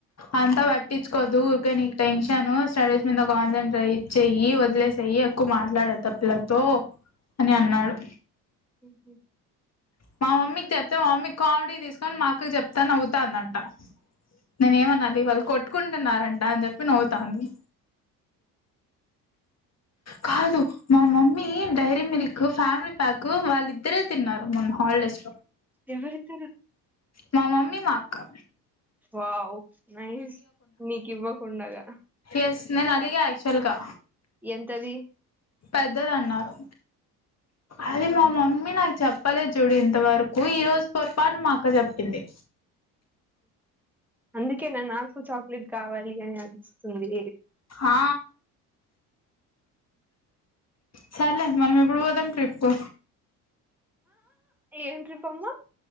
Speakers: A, on the left; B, in the centre.
A: అంతా పట్టించుకోద్దు ఊరికే నీకు టెన్షన్ స్టడీస్ మీద కాన్సన్ట్రేట్ చెయ్యి వదిలేసయ్యి. ఎక్కువ మాట్లాడద్దు ఆ పిల్లతో అని అన్నాడు.
B: ఉహ్
A: మా మమ్మీకి చెప్తే మా మమ్మీ కామెడీ తీసుకొని మాకు చెప్తా నవ్తాన్నంట. నేనే ఏమన్నాది వాళ్ళు కొట్టుకుంటున్నంట అని చెప్పి నవ్వుతంది కాదు మా mummy Dairy Milk family pack వాళ్ళిద్దరే తిన్నారు మొన హ ఒళెస్
B: ఎవరితేరు
A: మా మమ్మీ మా అక్కా
B: వావ న మీకు ఇ్వకుడాగా
A: ఎస్ నేను అలిగా ఆయాక్చువల్గా
B: ఎంతది
A: పెద్దద అన్నారు అది మా మమ్మీ నాకు చెప్పలే చూడు ఇంతవరకు ఈ రోజు పొరపాటు మా అక్క చెప్పింది
B: అందుకే నాకు చాక్లెట్ కావాలి అని అస్తుంది
A: ఆ సార్లె మనం ఎప్పుడు పోదాం ట్రిప్ కు
B: ఏంట ర్రిపమ్మ